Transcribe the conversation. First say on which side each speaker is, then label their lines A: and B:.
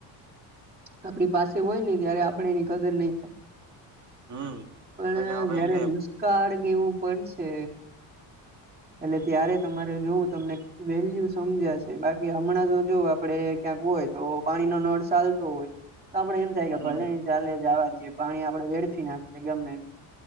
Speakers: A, on the right; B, on the right.
A: આપણી પાસે હોયને, ત્યારે આપણે એની કદર નઈ થાય.
B: હમ
A: પણ
B: એટલે આપડે
A: જયારે
B: હું કે
A: દુષ્કાળ કેવું પડશે. એટલે ત્યારે તમારે જોવું તમને વેલ્યુ સમજાશે. બાકી હમણાં તો જોવ આપણે ક્યાંક હોય. તો પાણીનો નળ ચાલતો હોય, તો આપડે એમ. થ કે
B: હમ
A: ભલે ન ચાલે જવા દઈએ પાણી આપણે વેડથી નાખશે ગમે.